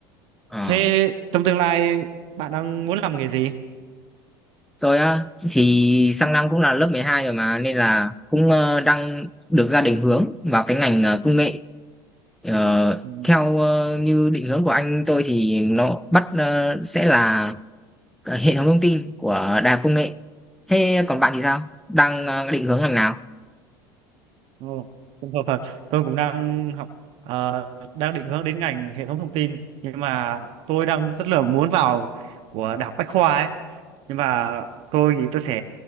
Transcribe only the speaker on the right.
thế trong tương lai bạn đang muốn làm nghề gì
Ừ,
Ồ, cũng hợp thật. Tôi cũng đang học ờ, đang định hướng đến ngành hệ thống thông tin nhưng mà tôi đang rất là muốn vào của đại học Bách Khoa ấy. Nhưng mà tôi nghĩ tôi sẽ